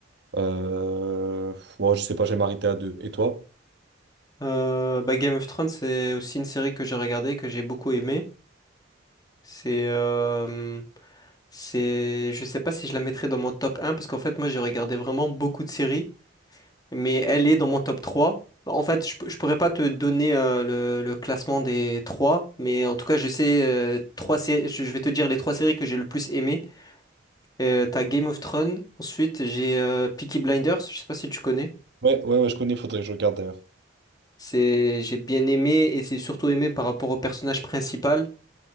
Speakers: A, on the right; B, on the left.
A: Euh... ouais, je sais pas, j'ai m'arrêter à deux. Et toi?
B: Euh, bah Game of Thrones, c'est aussi une série que j'ai regardée, que j'ai beaucoup aimée. C'est, euh, c'est, je sais pas si je la mettrais dans mon top un parce qu'en fait, moi, j'ai regardé vraiment beaucoup de séries, mais elle est dans mon top trois Bah, En fait, je, peux- je pourrais pas te donner euh, le, le classement des trois, mais en tout cas, je sais euh, trois sé- je je vais te dire les trois séries que j'ai le plus aimées. Euh, t'as Game of Thrones, ensuite j'ai euh, Peaky Blinders, je sais pas si tu connais.
A: Ouais, ouais, ouais, je connais. Faudrait que je regarde d'ailleurs.
B: C'est, j'ai bien aimé et c'est surtout aimé par rapport au personnage principal.